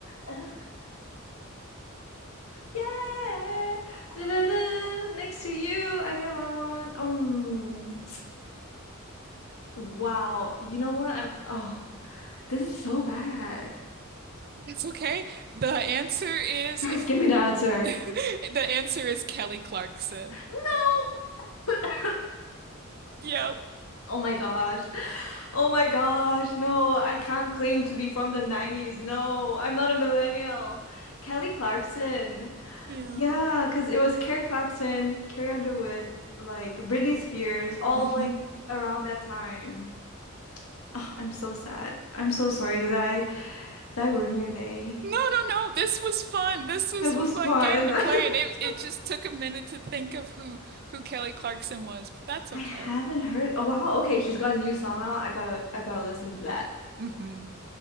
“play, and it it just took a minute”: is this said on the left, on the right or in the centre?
Right